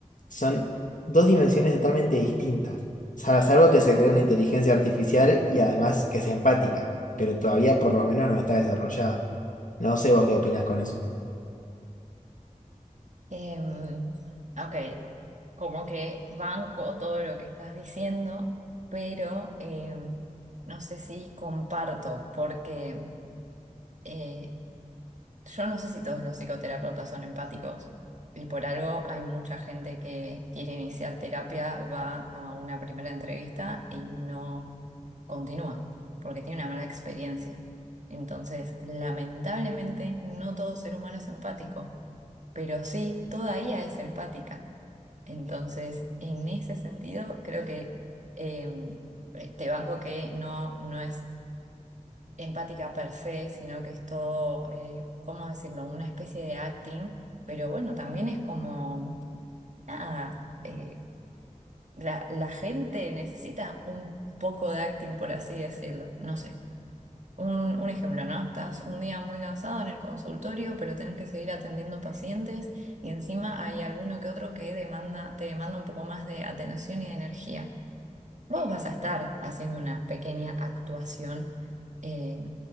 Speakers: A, on the left; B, on the right.
A: Son dos dimensiones totalmente distintas. Sal- Salvo que se cree una inteligencia artificial y además que sea empática, pero todavía por lo menos no está desarrollada. No sé vos qué opinás con eso.
B: Em, ok, como que banco todo lo que estás diciendo, pero em, no sé si comparto, porque eh, yo no sé si todos los psicoterapeutas son empáticos y por algo hay mucha gente que quiere iniciar terapia, va a una primera entrevista y no continúa, porque tiene una mala experiencia. Entonces, lamentablemente, no todo ser humano es empático, pero sí, toda ella es empática. Entonces, en ese sentido, creo que em, eh, te banco que no, no es empática per se, sino que es todo, eh, ¿cómo decirlo?, una especie de acting, pero bueno, también es como, nada, eh, la, la gente necesita un poco de acting, por así decirlo, no sé. Un, un ejemplo, ¿no? Estás un día muy cansado en el consultorio, pero tenés que seguir atendiendo pacientes y encima hay alguno que otro que demanda, te demanda un poco más de atención y de energía. Vos vas a estar haciendo una pequeña actuación eh,